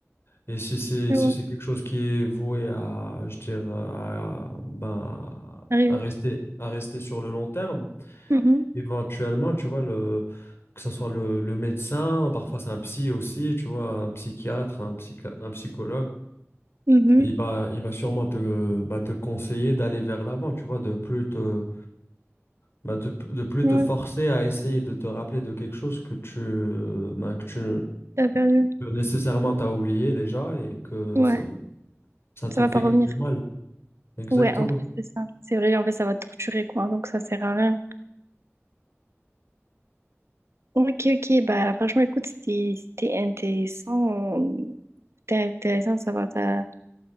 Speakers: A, on the left (about 55°); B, on the right (about 65°).
A: Et si c'est
B: Ouais,
A: si
B: ouais.
A: c'est quelque chose qui est voué à, je dirais, à, ben,
B: Arrivé.
A: à rester, à rester sur le long terme,
B: Mhm.
A: éventuellement, tu vois, le, que ce soit le, le médecin, parfois c'est un psy aussi, tu vois, un psychiatre, un, psycha- un psychologue,
B: Mhm.
A: il va, il va sûrement te, bah, te conseiller d'aller vers l'avant, tu vois, de plus te bah, de, de plus
B: Ouais,
A: te forcer à essayer de te rappeler de quelque chose que tu, euh, ben, que tu
B: t'as perdu.
A: que nécessairement t'as oublié déjà et que
B: Ouais,
A: ça, ça te
B: ça va
A: fait
B: pas revenir.
A: que du mal. Exactement.
B: Ouais, en plus c'est ça. C'est vrai, en fait, ça va te torturer, quoi. Donc, ça sert à rien. Ok, ok. Bah, franchement, écoute, c'était c'était intéressant. euh, C'était intéressant de savoir ta,